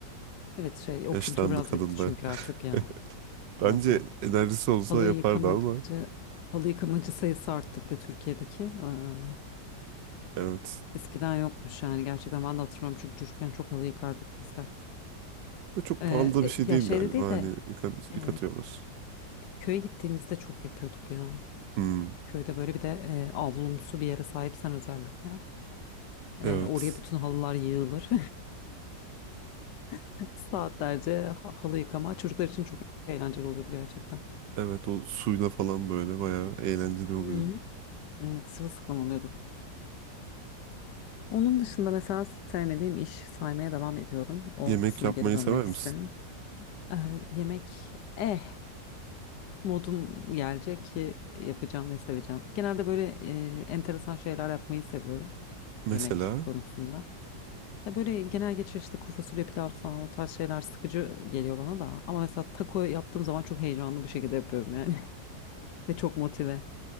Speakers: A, on the left; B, on the right.
A: Evet şey o
B: Yaşlandı
A: kültür biraz
B: kadın
A: bitti çünkü
B: da.
A: artık ya
B: <laughs> Bence
A: zaten.
B: enerjisi olsa
A: Halı
B: yapardı
A: yıkamacı,
B: ama
A: halı yıkamacı sayısı arttı bir de Türkiye'deki. Ee,
B: evet.
A: eskiden yokmuş yani gerçekten ben de hatırlamıyorum çünkü çocukken çok halı yıkardık biz de.
B: Ve çok
A: Ee,
B: pahalı da bir
A: e,
B: şey değil
A: ya şeyde
B: galiba.
A: değil
B: Hani
A: de
B: yıkan, yıkatıyorlar.
A: e, köye gittiğimizde çok yapıyorduk ya.
B: Hmm,
A: Köyde böyle bir de e, avlumsu bir yere sahipsen özellikle e,
B: evet.
A: oraya bütün halılar yığılır. <laughs> Saatlerce ha- halı yıkama çocuklar için çok eğlenceli oluyordu gerçekten.
B: Evet o suyla falan böyle bayağı eğlenceli oluyordu.
A: Hı hı. Evet sırılsıklam oluyorduk. Onun dışında mesela sevmediğim iş saymaya devam ediyorum. O
B: Yemek
A: kısma
B: yapmayı
A: geri dönmek
B: sever misin?
A: isterim. Ee, yemek eh modum gelecek ki yapacağım ve seveceğim. Genelde böyle e, enteresan şeyler yapmayı seviyorum
B: Mesela.
A: yemek konusunda. Ya böyle genel geçer işte kuru fasulye pilav falan o tarz şeyler sıkıcı geliyor bana da. Ama mesela taco yaptığım zaman çok heyecanlı bir şekilde yapıyorum yani. <laughs> Ve çok motive.